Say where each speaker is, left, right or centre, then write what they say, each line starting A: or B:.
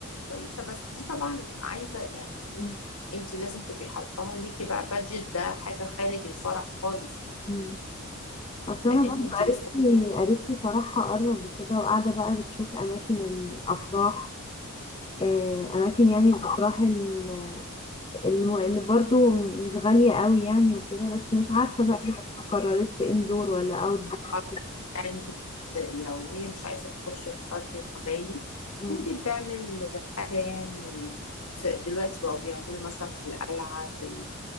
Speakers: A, on the left; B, on the left.
A: كويسة بس دي طبعا عايزة يعني دي
B: مم.
A: انت لازم تبقي حطاها ليكي بقى بادجت ده حاجة خارج الفرح خالص يعني
B: مم. اصل
A: لان
B: انا برضو
A: انت
B: قريبتي
A: لسه
B: قريبتي فرحها قرب وكده وقاعدة بقى بتشوف اماكن الافراح آه، اماكن يعني الافراح ال- الم- اللي برضو مش غالية قوي يعني وكده بس مش عارفة بقى لسه ما قررتش اندور ولا اوت دور
A: ما يعني لو هي مش عايزة تخش في بادجت غالي
B: وكده
A: ممكن تعمل حاجة يعني في دلوقتي بقوا بيعملوا مثلا في القلعة في